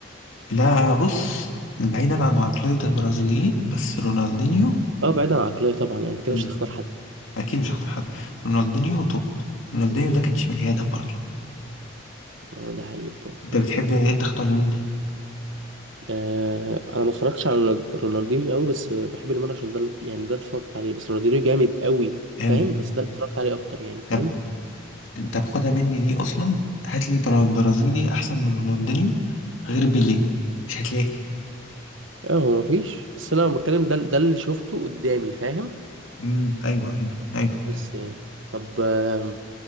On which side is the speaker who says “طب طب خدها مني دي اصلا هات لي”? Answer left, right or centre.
Left